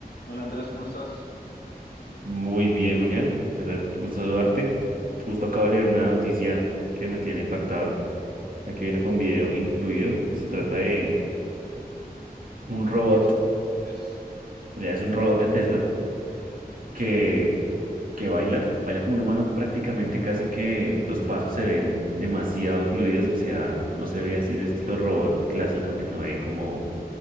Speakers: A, on the left (about 80°); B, on the right (about 60°).
A: Hola Andrés, ¿cómo estás?
B: Muy bien, Julián. La ¿Verdad? Gusto saludarte. Justo acabo de leer una noticia que me tiene impactado. Aquí viene con video incluido. Se trata de un robot,
A: ¿Y eso? Pues,
B: ya es un robot de Tesla, que que baila, baila como un humano prácticamente, casi que los pasos se ven demasiado fluidos, o sea, no se ve así el estilo robot clásico que uno ve como,